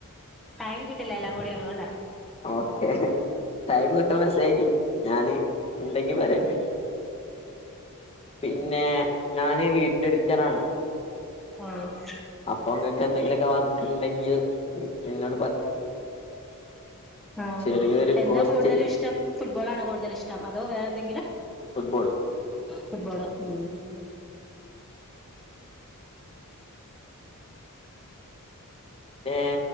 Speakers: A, in the centre; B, on the left (about 25°).
A: ടൈം കിട്ടില്ല എല്ലാം കൂടി അതുകൊണ്ടാ
B: ഓക്കെഹ് ടൈം കിട്ടുമ്പൊ മെസ്സേജ് അയക്കി ഞാന് ഇണ്ടെങ്കി പറയണ്ട് പിന്നേ ഞാന് വീട്ടി എഡിറ്ററാണ്
A: ആഹ്
B: അപ്പൊ ഇങ്ങക്ക് എന്തെങ്കിലൊക്കെ വർക്ക് ഉണ്ടെങ്കിൽഎന്നോ
A: ആ
B: ചെറിയൊരു
A: എന്താ
B: കോസ്റ്റിൽ
A: കൂടുതലും ഇഷ്ടം ഫുട്ബോളണോ കൂടുതൽ ഇഷ് ടം അതോ വേറെ എന്തെങ്കിലും
B: ഫുട്ബോൾ
A: ഫുട്ബോളോ ഉം
B: ഏ